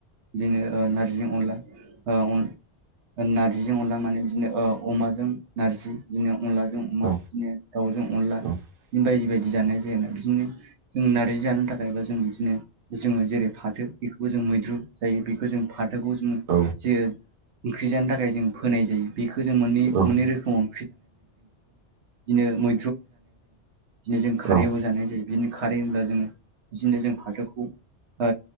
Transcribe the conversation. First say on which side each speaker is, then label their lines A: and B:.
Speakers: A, on the right; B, on the right.
A: बिदिनोज जिजों अनला ओ अ ओ नार्जिजों अनला माने बिदिनो अमाजों नार्जि बिदिनो अनलाजों अमा
B: औ
A: बिदिनो दाउजों अनला
B: औ
A: बिदिनो बायदि बायदि
B: औ
A: जानाय जायो आरोना बिदिनो जों नारजि जानो थाखाय बा जों बिदिनो जोङो जेरै फाथो बेखौबो जों मैद्रु जायो बेखौ जों फाथोखौ जोंङो
B: औ
A: बेखो जों मोननै
B: औ औ औ
A: मोननै रोखोमाव बिदिनो जों
B: औ
A: खारैयावबो जानाय जायो बिदिनो खारै होनब्ला जोङो बिदिनो जों फाथोखौ ओ